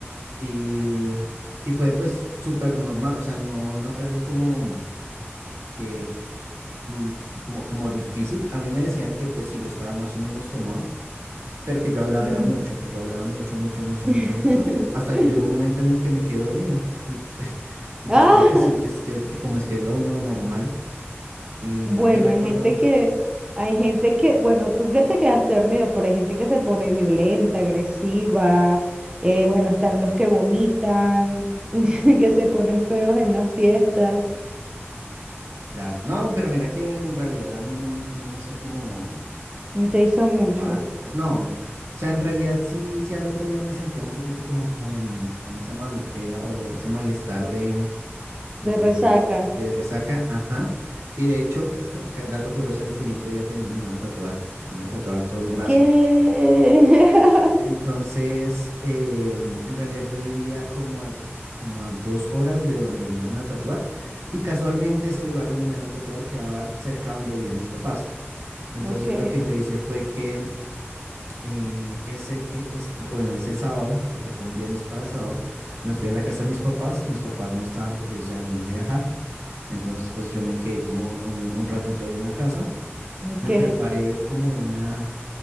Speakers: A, on the right; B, on the right.
A: y, y fue pues súper normal, o sea, no, no fue algo como que... mm, Como, como difícil. A mí me decían que pues si yo estaba más o menos tomado, pero que yo hablaba
B: <laughs>
A: era mucho, que yo hablaba mucho, mucho, mucho,
B: <laughs>
A: mucho, mucho, hasta que llegó un momento en el que me quedé dormido. Y, <laughs> y
B: Ah,
A: pues creo que sí, que
B: <laughs>
A: es que, que como es que es lo, lo normal. Y,
B: Bueno,
A: y recuerdo,
B: hay gente que, hay gente que, bueno, tú que te quedaste dormido, pero hay gente que se pone violenta, agresiva, eh, bueno, están los que vomitan, <laughs> que se ponen feos en las fiestas.
A: claro, no, pero mira que en realidad a mí no, m- no me hizo como
B: Te hizo mucho,
A: falta, no, o sea, en realidad sí, sí al otro día me sentía un poquito como con, con esa maluquera o ese malestar de, de,
B: de resaca.
A: de resaca, ajá. Y de hecho, <laughs> dato curioso, al siguiente día ten- me iba a tatuar, me iba a tatuar todo el brazo.
B: ¿Qué?
A: Entonces,
B: <laughs>
A: eh, en realidad yo vivía como a, como a dos horas de donde me iban a tatuar y casualmente ese lugar donde me iban a tatuar quedaba cerca donde vivían mis papás. Entonces
B: Ok,
A: lo que yo hice fue que eh, ese, e- es- bueno, ese sábado, porque fue un viernes para sábado, me fui a la casa de mis papás. Mis papás no estaban porque ellos se habían ido a viajar. Entonces pues yo me quedé como un, un ratito ahí en la casa.
B: ok.
A: Me preparé como una,